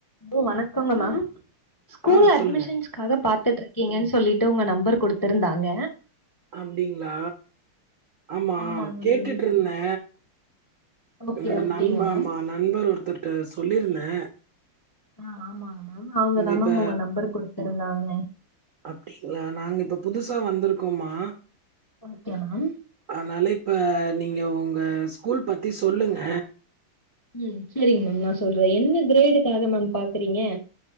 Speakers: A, on the left (about 20°); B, on the right (about 60°).
A: ஹலோ வணக்கங்க மேம் ஸ்கூல்
B: ஆ
A: அட்மிஷன்ஸ்
B: சொல்லுங்க.
A: கத பாத்துட்டு இருக்கீங்கனு சொல்லிட்டு உங்க நம்பர் குடுத்துருந்தாங்க
B: அப்டிங்களா ஆமா
A: ஆமாங்க
B: கேட்டுட்டிருந்தே
A: மேம் ஓகே
B: என்னோட
A: ஓகேங்க
B: நண்ப
A: மேம்
B: ஆமா நண்பர் ஒருத்தர்ட்ட சொல்லிருந்தே
A: ஆ ஆமாங் மேம் அவுங்கதா
B: இப்ப
A: மேம் உங்க நம்பர் குடுத்துருந்தாங்க
B: அப்டீங்களா நாங்க இப்ப புதுசா வந்துருக்கோமா
A: ஓகே மேம்
B: ஆனால இப்ப நீங்க உங்க ஸ்கூல் பத்தி சொல்லுங்க
A: ம் சேரிங்க மேம் நா சொல்றே என்ன கிரேடுக்காக மேம் பாக்குறீங்க